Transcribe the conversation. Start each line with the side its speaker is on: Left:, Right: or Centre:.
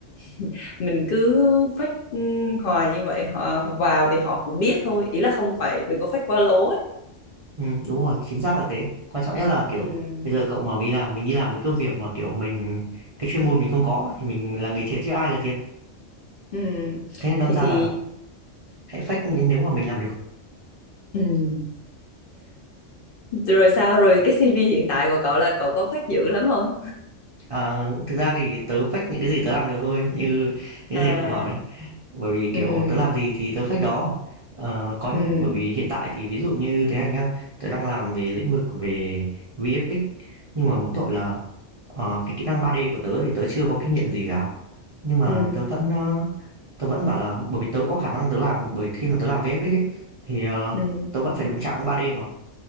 Left: <laughs> mình cứ phách ừm, hoài như vậy họ vào thì họ cũng biết thôi ý là không phải đừng có phách quá lố ấy
Right: ừm, đúng rồi, chính xác là thế. Quan trọng nhất là kiểu
Left: Ừm,
Right: bây giờ cậu mà mình làm mình đi làm một cái công việc mà kiểu mình cái chuyên môn mình không có thì mình là người thiệt chứ ai là thiệt.
Left: ừm.
Right: Thế nên đâm
Left: thì
Right: ra
Left: thì
Right: là hãy fake nếu mà mình làm được.
Left: ừm. rồi sao rồi cái CV hiện tại của cậu là cậu có phách dữ lắm không
Right: À, thực ra thì tớ fake những cái gì tớ làm được thôi, như những
Left: à
Right: gì cậu bảo đấy. bởi vì kiểu
Left: ừ
Right: tớ làm gì thì tớ fake đó Ờ, có những
Left: ừ
Right: bởi vì hiện tại thì ví dụ như thế này nhá tớ đang làm về lĩnh vực về VFX nhưng mà mỗi tội là ờ, cái kỹ năng 3D của tớ thì tớ chưa có kinh nghiệm gì cả nhưng mà
Left: ừ
Right: tớ vẫn ờ, tớ vẫn bảo là bởi vì tớ có khả năng tớ làm bởi khi mà tớ làm VFX ấy, thì ờ,
Left: ừm.
Right: tớ vẫn phải đụng chạm đến 3D mà